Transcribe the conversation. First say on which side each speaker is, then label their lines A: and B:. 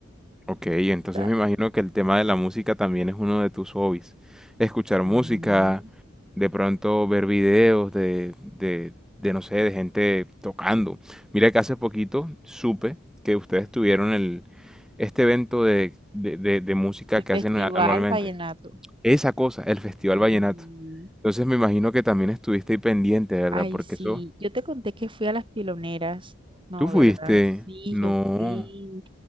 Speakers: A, in the centre; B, on the right.
A: Ok, entonces
B: O sea,
A: me imagino que el tema de la música también es uno de tus hobbies. Escuchar
B: Sí,
A: música, de pronto ver videos de, de, de no sé, de gente tocando. Mira que hace poquito supe que ustedes tuvieron el, este evento de, de, de- de música
B: el
A: que
B: Festival
A: hacen a- anualmente.
B: Vallenato.
A: Esa cosa, el Festival
B: sí.
A: Vallenato. Entonces me imagino que también estuviste ahí pendiente, ¿verdad?
B: Ay,
A: Porque
B: sí,
A: eso,
B: yo te conté que fui a las piloneras, ¿no,
A: tú fuiste.
B: verdad? Sí,
A: No.
B: yo fui.